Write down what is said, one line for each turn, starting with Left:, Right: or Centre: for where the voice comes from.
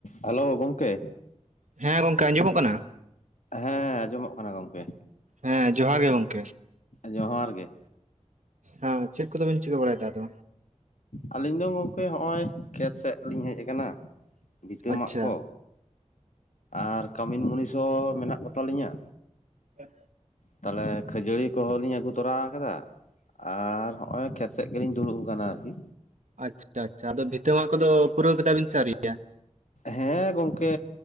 Left: Hello ᱜᱚᱢᱠᱮ
Right: ᱦᱮᱸ ᱜᱚᱝᱠᱮ ᱟᱸᱡᱚᱢᱚᱜ ᱠᱟᱱᱟ
Left: ᱦᱮᱸ ᱟᱸᱡᱚᱢᱚᱜ ᱠᱟᱱᱟ ᱜᱚᱝᱠᱮ
Right: ᱦᱮᱸ ᱡᱚᱦᱟᱨ ᱜᱮ ᱜᱚᱝᱠᱮ
Left: ᱡᱚᱦᱟᱨ ᱜᱮ
Right: ᱦᱮᱸ ᱪᱮᱫ ᱠᱚᱫᱚ ᱵᱤᱱ ᱪᱤᱠᱟᱹ ᱵᱟᱲᱟᱭᱮᱫᱟ ᱟᱫᱚ
Left: ᱟᱹᱞᱤᱧ ᱫᱚ ᱜᱚᱝᱠᱮ ᱦᱚᱸᱜᱼᱚᱭ ᱠᱷᱮᱛ ᱥᱮᱫ ᱞᱤᱧ ᱦᱮᱡ ᱟᱠᱟᱱᱟ ᱵᱤᱛᱟᱹ
Right: ᱟᱪᱪᱷᱟ
Left: ᱢᱟᱜ ᱠᱚ ᱟᱨ ᱠᱟᱹᱢᱤᱱ ᱢᱩᱱᱤᱥ ᱦᱚᱸ ᱢᱮᱱᱟᱜ ᱠᱚᱛᱟᱞᱤᱧᱟ
Right: ᱦᱮᱸ
Left: ᱛᱟᱦᱚᱞᱮ ᱠᱷᱟᱹᱡᱟᱹᱲᱤ ᱠᱚᱦᱚᱸ ᱞᱤᱧ ᱟᱹᱜᱩ ᱛᱚᱨᱟ ᱟᱠᱟᱫᱟ ᱟᱨ ᱦᱚᱸᱜ ᱚᱭ ᱠᱷᱮᱛ ᱥᱮᱫ ᱜᱮᱞᱤᱧ ᱫᱩᱲᱩᱵ ᱟᱠᱟᱱᱟ ᱟᱨᱠᱤ
Right: ᱟᱪᱪᱷᱟ ᱟᱪᱪᱷᱟ ᱟᱫᱚ ᱵᱷᱤᱛᱟᱹᱣᱟ ᱠᱚᱫᱚ ᱯᱩᱨᱟᱹᱣ ᱠᱮᱫᱟ ᱵᱤᱱ ᱥᱮ ᱟᱹᱨᱤᱜᱤᱭᱟ
Left: ᱦᱮᱸ ᱜᱚᱝᱠᱮ